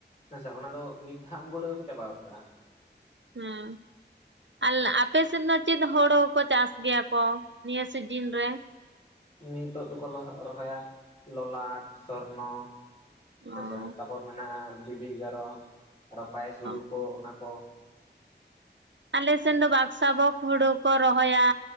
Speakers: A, on the left (about 40°); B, on the right (about 85°).
A: ᱦᱮᱸᱥᱮ ᱚᱱᱟ ᱫᱚ ᱢᱤᱫ ᱫᱷᱟᱣ ᱳᱸᱜᱳᱜ ᱨᱮᱜᱮ ᱠᱚ ᱪᱟᱵᱟ ᱜᱚᱜ ᱠᱟᱜᱼᱟ᱾
B: ᱦᱮᱸ ᱟᱞ ᱟᱯᱮ ᱥᱮᱱ ᱱᱚ ᱪᱮᱫ ᱦᱳᱲᱳ ᱦᱚᱸᱠᱚ ᱪᱟᱥ ᱜᱮᱭᱟ ᱠᱚ ᱱᱤᱭᱟᱹ ᱥᱤᱡᱤᱱ ᱨᱮ?
A: ᱱᱤᱛᱚᱜ ᱫᱚᱠᱚ ᱞᱚᱜ ᱨᱚᱦᱚᱭᱟ ᱞᱚᱞᱟᱴ ᱥᱚᱨᱱᱚ
B: ᱚ
A: ᱦᱮᱸᱥᱮ ᱛᱟᱯ ᱯᱚᱨ ᱢᱮᱱᱟᱜᱼᱟ ᱵᱤᱵᱤ ᱮᱜᱟᱨᱚ ᱟᱨᱚ ᱯᱟᱭᱮᱥ ᱦᱩᱲᱩ
B: ᱚ
A: ᱠᱚ ᱚᱱᱟ ᱠᱚ᱾
B: ᱟᱞᱮ ᱥᱮᱱ ᱫᱚ ᱵᱟᱠᱥᱟ ᱵᱚᱠᱽ ᱦᱳᱲᱳ ᱠᱚ ᱨᱚᱦᱚᱭᱟ᱾